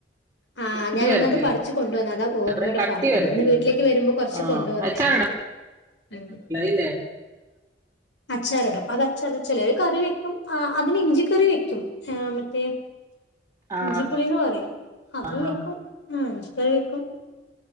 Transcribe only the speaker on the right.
ഇത് വരത്തില്ല.
ഒരു കട്ടി
വരത്തില്ലല്ലോ.
ആ
അച്ചാറിടാനല്ലേ
ഇല്ലേ?
ആ.
ആ.
ആ.